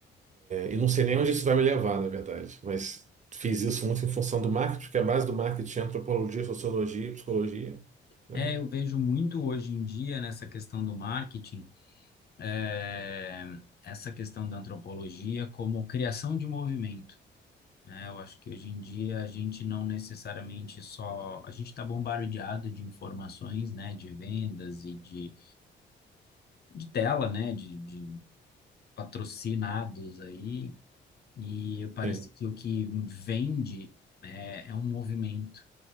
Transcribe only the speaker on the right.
E não sei nem onde isso vai me levar, na verdade, mas fiz isso muito em função do marketing, porque a base do marketing é antropologia, sociologia, e psicologia, né?
Sim,